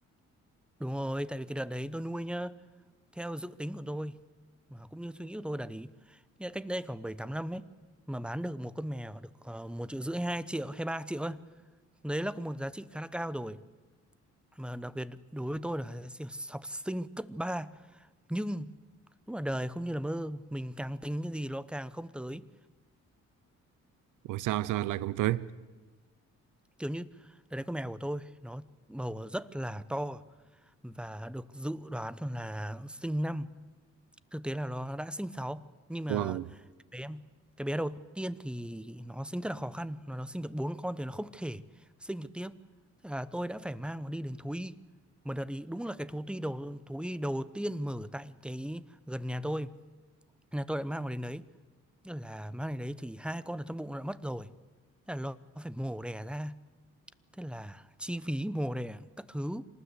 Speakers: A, in the centre; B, on the right.
A: đúng rồi tại vì cái đợt đấy tôi nuôi nhá theo dự tính của tôi và cũng như suy nghĩ của tôi là ý nghĩa là cách đây khoảng 7 8 năm ấy mà bán được một con mèo được uh, 1 triệu rưỡi 2 triệu hay 3 triệu ấy. Đấy là có một giá trị khá là cao rồi mà đặc biệt đối với tôi là học sinh cấp ba nhưng lúc là đời không như là mơ mình càng tính cái gì nó càng không tới
B: Ủa sao sao lại không tới?
A: kiểu như đấy là con mèo của tôi nó bầu rất là to và được dự đoán là sinh năm thực tế là nó đã sinh sáu nhưng mà
B: Wow,
A: bé em cái bé đầu tiên thì nó sinh rất là khó khăn nó nó sinh được bốn con thì nó không thể sinh được tiếp Thế là tôi đã phải mang nó đi đến thú y một đợt ý đúng là cái thú y đầu thú y đầu tiên mở tại cái gần nhà tôi Thế là tôi đã mang nó đến đấy Thế là mang đến đấy thì hai con ở trong bụng nó đã mất rồi thế là nó phải mổ đẻ ra thế là chi phí mổ đẻ các thứ